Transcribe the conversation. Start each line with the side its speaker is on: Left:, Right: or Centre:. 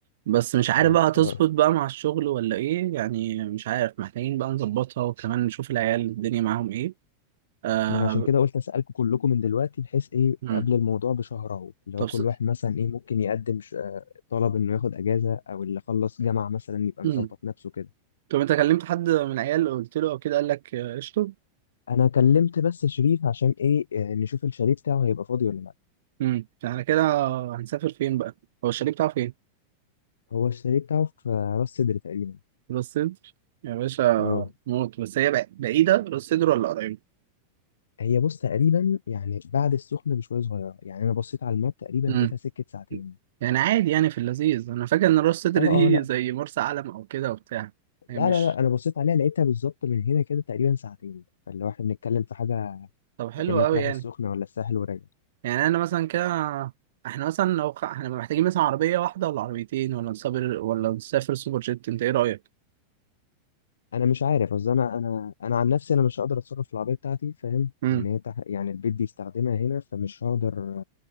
Right: بس مش عارف
Left: يعني
Right: بقى هتظبط
Left: اه
Right: بقى مع الشغل ولا ايه يعني مش عارف محتاجين بقى نظبطها وكمان نشوف العيال الدنيا معاهم ايه آه...
Left: ما انا عشان كده قلت اسالكم كلكم من دلوقتي بحيث ايه
Right: امم
Left: قبل الموضوع بشهر اهو اللي
Right: طب
Left: هو كل
Right: س...
Left: واحد مثلا ايه ممكن يقدم ش- آه، طلب انه ياخد اجازة او اللي خلص جامعة مثلا يبقى
Right: امم
Left: مظبط نفسه كده
Right: طب انت كلمت حد من العيال قلت له او كده قال لك آه، قشطه
Left: انا كلمت بس شريف عشان ايه آه، نشوف الشاليه بتاعه هيبقى فاضي ولا لا
Right: امم على كده هنسافر فين بقى هو الشاليه بتاعه فين
Left: هو الشاليه بتاعه في آه، راس سدر تقريبا
Right: راس صدر يا باشا
Left: اه
Right: موت بس هي بع- بعيدة راس صدر ولا قريبة؟
Left: هي بص تقريبا يعني بعد السخنة بشوية صغيرة يعني أنا بصيت على الماب تقريبا
Right: امم
Left: لقيتها سكة ساعتين
Right: يعني عادي يعني في اللذيذ أنا فاكر إن راس صدر
Left: اه
Right: دي
Left: اه لا
Right: زي مرسى علم أو كده وبتاع هي
Left: لا
Right: مش
Left: لا لا أنا بصيت عليها لقيتها بالظبط من هنا كده تقريبا ساعتين فاللي هو احنا بنتكلم في حاجة
Right: طب حلو
Left: كأنك
Right: أوي
Left: رايح
Right: يعني
Left: السخنة ولا الساحل وراجع
Right: يعني أنا مثلا كده إحنا مثلا لو خ... إحنا محتاجين مثلا عربية واحدة ولا عربيتين ولا نسافر ولا نسافر سوبر جيت أنت إيه رأيك؟
Left: أنا مش عارف أصل أنا أنا أنا عن نفسي أنا مش هقدر أتصرف في العربية بتاعتي فاهم
Right: امم
Left: لأن هي تح... يعني البيت بيستخدمها هنا فمش هقدر